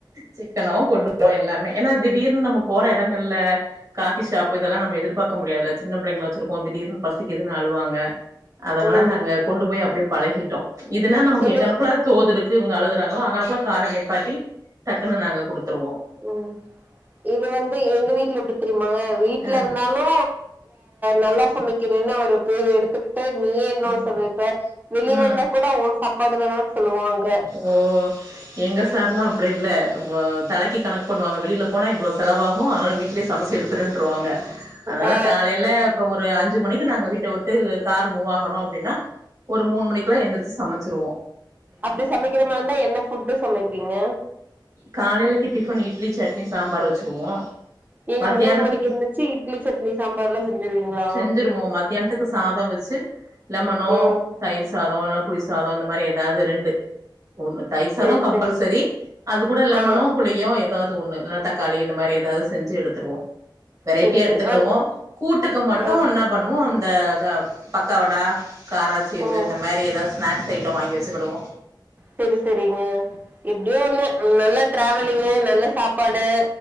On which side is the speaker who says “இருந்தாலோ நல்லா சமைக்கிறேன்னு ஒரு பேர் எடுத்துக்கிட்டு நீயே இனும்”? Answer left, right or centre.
Right